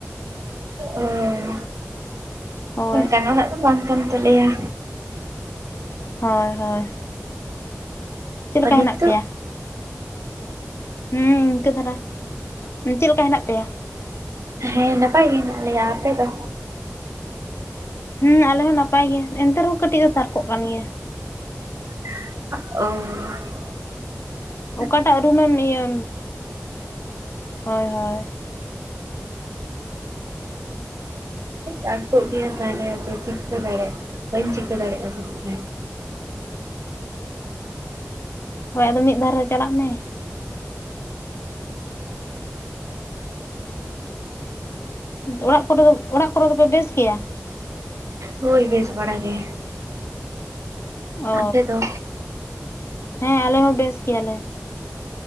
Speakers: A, on the right; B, on the left.
A: ᱳᱦ
B: ᱦᱳᱭ
A: ᱚᱱᱠᱟᱱ ᱚᱲᱟᱜ ᱫᱚ ᱵᱟᱝ ᱠᱟᱱ ᱛᱟᱞᱮᱭᱟ
B: ᱦᱳᱭ ᱦᱳᱭ ᱪᱮᱫ ᱞᱮᱠᱟ
A: ᱱᱤᱛᱚᱜ
B: ᱦᱮᱱᱟᱜ ᱯᱮᱭᱟ ᱦᱩᱸ ᱤᱱᱠᱟᱹ ᱫᱷᱟᱨᱟ ᱪᱮᱫ ᱞᱮᱠᱟ ᱦᱮᱱᱟᱜ ᱯᱮᱭᱟ
A: ᱦᱮᱸ ᱱᱟᱯᱟᱭ ᱜᱮ ᱦᱮᱱᱟᱜ ᱞᱮᱭᱟ ᱟᱯᱮ ᱫᱚ
B: ᱦᱩᱸ ᱟᱞᱮ ᱦᱚᱸ ᱱᱟᱯᱟᱭ ᱜᱮ ᱮᱱᱛᱮ ᱨᱮ ᱦᱚᱸ ᱠᱟᱹᱴᱤᱡ ᱫᱚ ᱛᱟᱨᱠᱚᱜ ᱠᱟᱱ ᱜᱮᱭᱟ
A: ᱳᱻ
B: ᱚᱠᱟᱴᱟᱜ ᱨᱩᱢᱮᱢ ᱤᱭᱟᱹ ᱦᱳᱭ ᱦᱳᱭ <inaudible>
A: ᱛᱟᱨᱠᱚᱜ ᱜᱮᱭᱟ ᱛᱟᱦᱞᱮ ᱟᱫᱚ ᱪᱤᱠᱟᱹ ᱫᱟᱲᱮᱭᱟᱜ ᱟ ᱵᱟᱹᱧ ᱪᱤᱠᱟᱹ ᱫᱟᱲᱮᱭᱟᱜᱼᱟ ᱥᱮ
B: ᱦᱳᱭ ᱟᱫᱚ ᱢᱤᱫ ᱫᱷᱟᱨᱮ ᱪᱟᱞᱟᱜ ᱢᱮ
A: <inaudible>
B: ᱚᱲᱟᱜ ᱠᱚ ᱫᱚ ᱚᱲᱟᱜ ᱠᱚ ᱨᱮ ᱫᱚ ᱯᱮ ᱵᱮᱥ ᱜᱮᱭᱟ
A: ᱦᱳᱭ ᱵᱮᱥ ᱵᱟᱲᱟ ᱜᱮ
B: ᱚ
A: ᱟᱯᱮ ᱫᱚ
B: ᱦᱮᱸ ᱟᱞᱮ ᱦᱚᱸ ᱵᱮᱥ ᱜᱮᱭᱟᱞᱮ